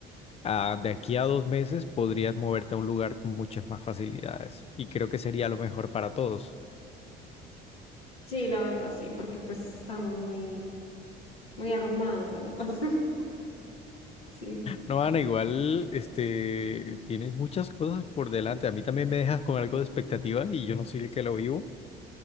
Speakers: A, on the left (about 20°); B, on the left (about 85°).
A: ah, de aquí a dos meses podrías moverte a un lugar con muchas más facilidades. Y creo que sería lo mejor para todos.
B: Sí, la verdad, sí, porque pues estamos muy, muy arrumadas, la verdad. <laughs> Sí.
A: No, Ana, igual, este, tienes muchas cosas por delante. A mí también me dejas con algo de expectativa y yo no soy el que lo vivo,